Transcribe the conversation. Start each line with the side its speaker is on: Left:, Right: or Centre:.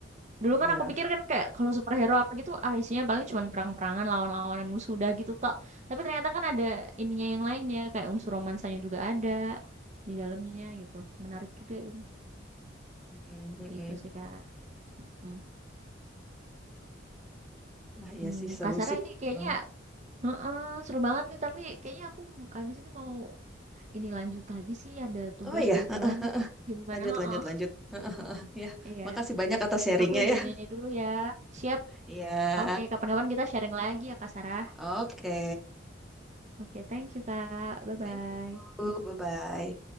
Right: Dulu
Centre: Iya.
Right: kan aku pikir kan kayak kalau superhero apa gitu, ah isinya paling cuma perang-perangan, lawan-lawanan musuh udah gitu tok. Tapi ternyata kan ada ininya yang lainnya, kayak unsur romansanya juga ada di dalamnya gitu. Menarik juga gitu.
Centre: Mm-mm, mm-mm.
Right: Gitu sih Kak. Hmm.
Centre: Wah iya
Right: Hmm,
Centre: sih seru
Right: Kak Sarah
Centre: sih
Right: ini kayaknya
Centre: emang.
Right: heeh, seru banget nih, tapi kayaknya aku habis ini mau ini lanjut lagi sih ada tugas
Centre: Oh iya
Right: kebetulan. Gimana?
Centre: Lanjut,
Right: Heeh.
Centre: lanjut, lanjut. <laughs> Ya,
Right: Iya.
Centre: makasih banyak atas sharingnya
Right: Aku izin
Centre: ya.
Right: ini dulu ya. Siap.
Centre: ya
Right: Oke, kapan-kapan kita sharing lagi ya Kak Sarah.
Centre: oke.
Right: Oke, thank you Kak. Bye-bye.
Centre: Thank you. Bye-bye.